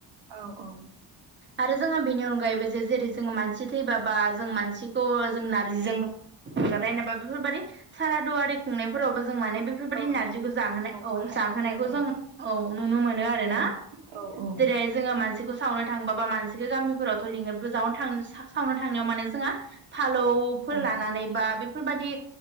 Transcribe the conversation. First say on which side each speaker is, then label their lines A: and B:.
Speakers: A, on the right; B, on the right.
A: औ औ
B: आरो जोंओ बेनि अगा जायबा जे जेरै जोङा मानसि थैबाबा जों मानसिखौ जों नारजिजोंबा नजालाय नाबा <unintelligible> बेफोरबायादि सारादुवारि खुंनायफोरावबो जों माने बे बेफोरबायदि
A: औ
B: नारजिखौ जाहोनाय औ
A: बाहायनाय
B: जाहोनायखौ
A: जायो आरो
B: जों औ नुनो मोनो आरोना
A: औ औ औ
B: जेरै जोङो मानसिखौ सावनो थांबाबा मानसिखौ गामिफोराव लग जनो थां <unintelligible> सावनो थांनायाव माने जोंहा फालौफोर
A: औ
B: लानानै बा बे बेफोरबायदि